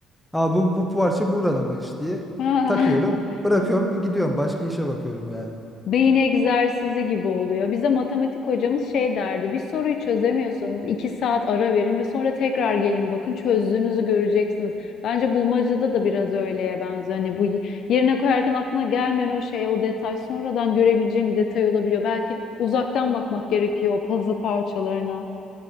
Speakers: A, in the centre; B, on the left.
A: Aa bu bu parça buranınmış diye
B: <laughs>
A: takıyorum, bırakıyorum, gidiyorum başka işe bakıyorum yani.
B: beyin egzersizi gibi oluyor. Bize matematik hocamız şey derdi. Bir soruyu çözemiyorsanız iki saat ara verin ve sonra tekrar gelin bakın çözdüğünüzü göreceksiniz. Bence bulmacada da biraz öyleye benziyor. Hani bu y- yerine koyarken aklına gelmeyen o şey, o detay sonradan görebileceğim bir detay olabiliyor. Belki uzaktan bakmak gerekiyor o puzzle parçalarına.